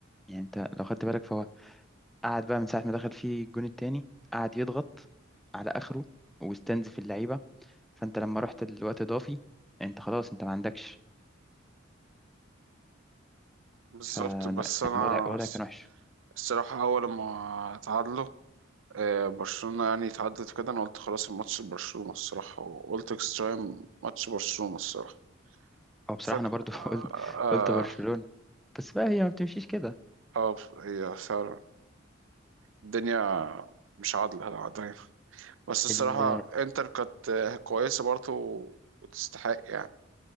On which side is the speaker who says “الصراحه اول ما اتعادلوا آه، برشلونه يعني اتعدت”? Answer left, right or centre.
Right